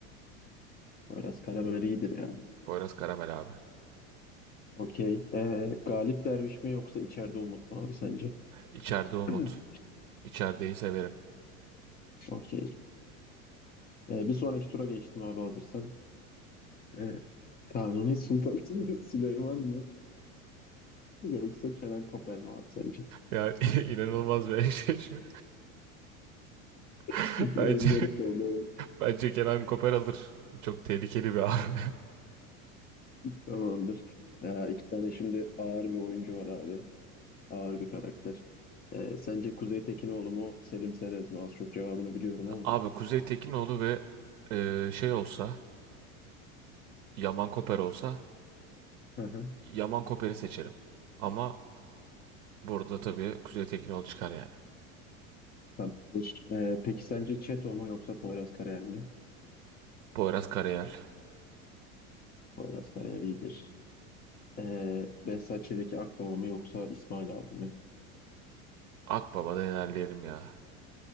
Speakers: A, on the left (about 25°); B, on the right (about 70°).
A: Poyraz Karayel iyidir ya.
B: Poyraz Karamel abi.
A: Okey. Ee, Galip Derviş mi yoksa içeride Umut mu abi sence?
B: İçeride Umut.
A: <clears throat>
B: İçerideyi severim.
A: Okey. Ee, bir sonraki tura geçtim abi hazırsan. Ee, Kanuni Sultan <laughs> Süleyman mı? Yoksa Kenan Koper mi abi sence?
B: Ya <laughs> inanılmaz bir eşleşme.
A: <laughs>
B: <laughs> Bence
A: Biraz garip oldu. evet.
B: bence Kenan Koper alır. Çok tehlikeli bir abi. <laughs>
A: Tamamdır. Ya, iki tane şimdi ağır bir oyuncu var abi. Ağır bir karakter. Ee, sence Kuzey Tekinoğlu mu, Selim Serez mi? Az çok cevabını biliyorum ama.
B: Abi Kuzey Tekinoğlu ve e, şey olsa Yaman Koper olsa
A: Hı hı.
B: Yaman Koper'i seçerim. Ama burada tabii Kuzey Tekinoğlu çıkar yani.
A: Tamamdır. Ee, peki sence Çeto mu yoksa Poyraz Karayel mi?
B: Poyraz Karayel.
A: Poyraz Karayel iyidir. Ee, Behzat Ç'deki Akbaba mı yoksa İsmail abi mi?
B: Akbaba'da ilerleyelim ya.